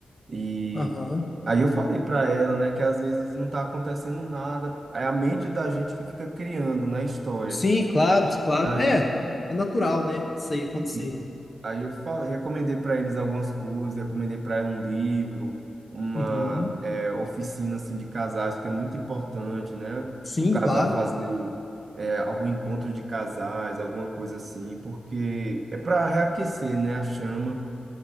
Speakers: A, on the right; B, on the left.
A: E
B: Aham.
A: aí eu falei pra ela, né, que às vezes não tá acontecendo nada, é a mente da gente que fica criando, né, história.
B: Sim, claro, claro.
A: E aí,
B: É, é natural, né? Isso aí acontecer.
A: isso. Aí eu falei, recomendei para eles algumas coisas, recomendei para ela um livro, uma
B: Uhum.
A: é, oficina assim de casais, que é muito importante, né?
B: Sim,
A: O casal
B: claro.
A: fazer é, algum encontro de casais, alguma coisa assim, porque é para reaquecer, né, a chama.